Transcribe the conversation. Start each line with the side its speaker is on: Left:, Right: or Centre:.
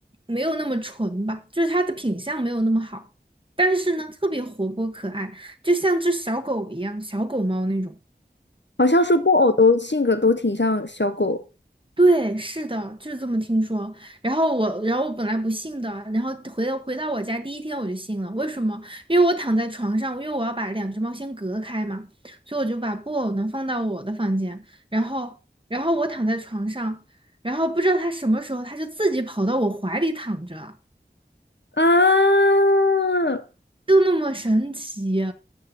Right: 没有那么纯吧，就是它的品相没有那么好，但是呢，特别活泼可爱，就像只小狗一样，小狗猫那种。
Left: 好像说布偶都性格都挺像小狗。
Right: 对，是的，就是这么听说。然后我，然后我本来不信的，然后回到回到我家第一天我就信了。为什么？因为我躺在床上，因为我要把两只猫先隔开嘛，所以我就把布偶呢放到我的房间，然后，然后我躺在床上，然后不知道它什么时候它就自己跑到我怀里躺着，
Left: 啊！
Right: 就那么神奇。